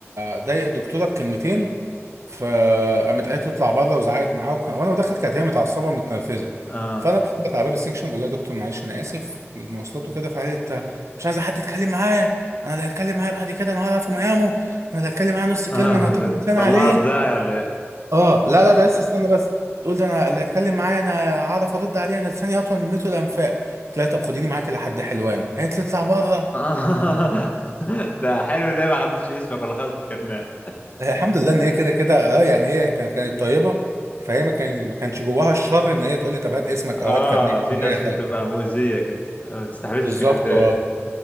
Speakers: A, on the right (about 80°); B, on the left (about 30°).
A: ضايق الدكتوره بكلمتين فقامت قالت تطلع بره وزعقت معاه وكان... وانا داخل كانت هي متعصبه ومتنرفزه
B: اه
A: فانا بخبط على باب السكشن بقول لها يا دكتور معلش انا اسف المواصلات وكده فقالت مش عايزه حد يتكلم معايا انا اللي هتكلم معايا بعد كده انا هعرف مقامه انا اللي هتكلم معايا نص كلمه
B: اه <laughs>
A: انا هطول لساني
B: طلعت
A: عليه
B: زي على
A: اه لا لا ده لسه استنى بس بتقول ده انا اللي هتكلم معايا انا هعرف ارد عليه انا لساني اطول من متر الانفاق قلت لها طب خديني معاكي لحد حلوان قالت لي اطلع بره
B: <laughs> لا حلو ليه ما خدتش اسمك ولا خدت الكرنيه
A: هي الحمد لله ان هي كده كده اه يعني هي كانت كانت طيبه فهي ما كان ما كانش جواها الشر ان هي تقول لي طب هات اسمك
B: اه
A: او هات كابنيتك
B: في
A: او
B: ناس
A: اي
B: بتبقى
A: حاجه
B: مؤذيه كده آه، ما بتستحملش
A: بالظبط
B: كلمتين
A: اه